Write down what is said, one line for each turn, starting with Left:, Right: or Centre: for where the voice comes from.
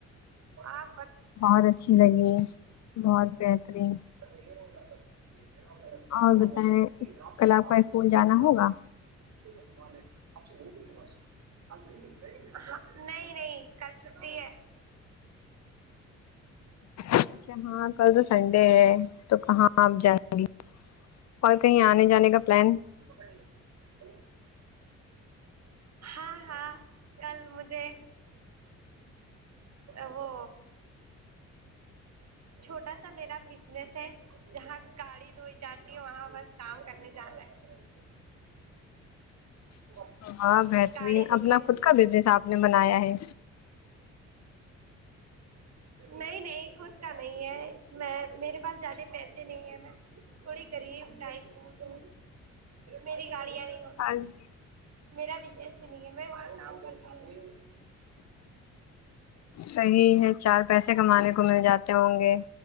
Right: آپ
Left: بہت اچھی لگی بہت بہترین
Right: <unintelligible> میرا پچاس
Left: اور
Right: کام
Left: بتائیں
Right: ہوتا ہے مری آپ
Left: کل
Right: کے پاس
Left: کا اسکول
Right: صرف
Left: جانا
Right: ایک کام
Left: ہوگا
Right: تھا <unintelligible> نہیں نہیں کل چھٹی ہے
Left: اچھا ہاں کل تو سنڈے ہے تو کہاں آپ جائیں گی اور کہیں آنے جانے کا پلان
Right: <inaudible> ہاں ہاں کل مجھے ا وہ چھوٹا سا میرا بزنس ہے جہاں گاڑی دھوئی جاتی ہے وہاں بس کام کرنے جانا ہے <unintelligible> <unintelligible>
Left: ہاں بہترین
Right: گاڑی دھلنے
Left: اپنا خود کا بزنس آپ نے بنایا ہے
Right: نہیں نہیں خود کا نہیں ہے میں میرے پاس زیادہ پیسے نہیں ہے میں تھوڑی غریب ٹائپ ہو تو میری گاڑیاں نہیں وہ
Left: ہاں جی
Right: میرا بزنس بھی نہیں ہے میں وہاں کام کرتی ہوں
Left: صحیح ہے چار پیسے کمانے کو مل جاتے ہوں گے